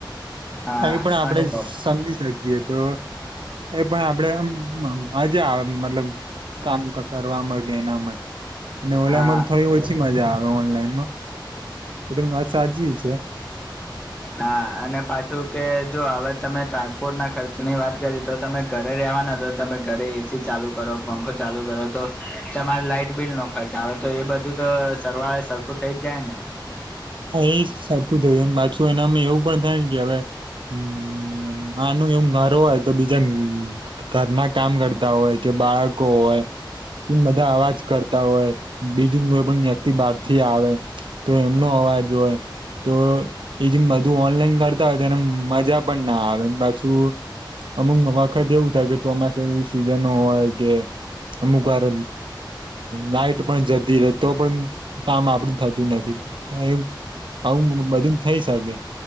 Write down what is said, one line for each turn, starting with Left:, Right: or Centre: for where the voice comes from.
Left: હા
Right: એ પણ આપણેે
Left: અનુભવ
Right: સમજી જગએ તો એ પણ આપડે આજ આવે મતલબ કામ કરવાવામાંગ એનામાં અને ઓલામાં
Left: હા
Right: થોડી ઓછી મજા આવે ઓનલાઈનમાં એટ આ સાચ છે
Left: હા અને પાછું કે જો હવે તમે ટ્રાન્સપોર્ટ ના ખર્ચ ની વાત કરી તો તમે ઘરે રવાના તો તમે ઘરે એસી ચાલુ કરો પંખો ચાલુ કરો તો તમારે લાઈટ બિલ ન ખાય ચાલે તો એ બધું તો સરવાળે સરખું થઇ જ જાય ને
Right: હા એ સરખું થયમ પાછું એનામાં એવું પણ થાય કે હવે હમ આનું એવું મારો હોય તો બીજા ઘરના કામ કરતા હોય કે બાળકો હોય કે બધા અવાજ કરતા હોય બીજું કોઈ પણ વ્યક્તિ બહારથી આવે તો એમનો અવાજ હોય તો એ જેમ બધું ઓનલાઈન કરતા હોય તો એને મજા પણ ના આવે પાછું અમુક વખત એવું થાય કે ચોમાસા સિઝન હોય કે અમુક વાર નાઈટ પણ જતી રહે તો પણ કામ આપડ થતું નથી એમ આવું બધું થઇ શકે